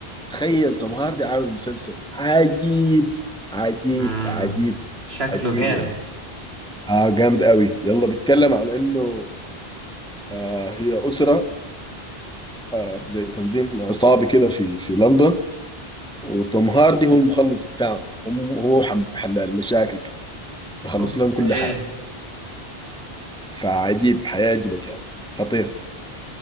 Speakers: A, in the centre; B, on the right.
A: تخيل توم هاردي عامل مسلسل عجيب عجيب
B: امم
A: عجيب
B: شكله
A: عجيب
B: جامد
A: يا مان آه جامد قوي يلا بيتكلم عن انه آه هي أسرة آه زي تنظيم عصابي كده في في لندن وتوم هاردي هو المخلص بتاعهم هم هو حم- حل المشاكل كده بخلص
B: اوكي
A: لهم كل حاجة فعجيب حيعجبك يا مان خطير